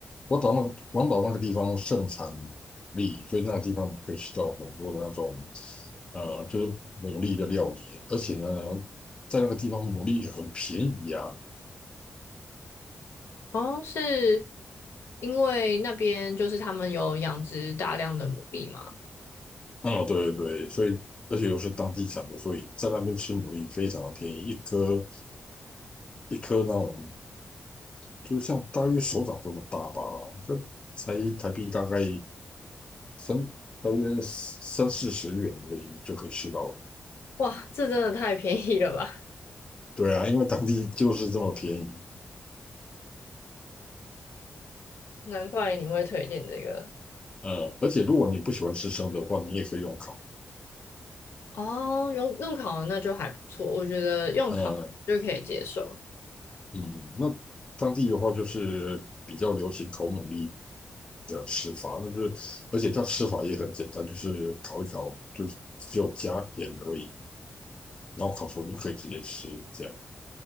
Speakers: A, on the left; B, on the left.
A: 广岛那个广岛那个地方盛产牡蛎，所以那个地方可以吃到很多的那种，呃，就是牡蛎的料理，而且呢，在那个地方牡蛎也很便宜啊，
B: 哦，是因为那边就是他们有养殖大量的牡蛎吗？
A: 哦，对对对，所以而且又是当地产的，所以在那边吃牡蛎非常便宜，一颗一颗那种，就像大约手掌这么大吧，这才台币大概三大约三四十元而已就可以吃到了。
B: 哇，这真的太便宜了吧！
A: 对啊，因为当地就是这么便宜。
B: 难怪你会推荐这个。
A: 呃，而且如果你不喜欢吃生的话，你也可以用烤。
B: 哦，用用烤的那就还不错，我觉得用烤就可以接受。
A: 呃，嗯，那当地的话就是比较流行烤牡蛎，的吃法，那就是而且它吃法也很简单，就是烤一烤，就是只有加盐而已，然后烤熟就可以直接吃这样。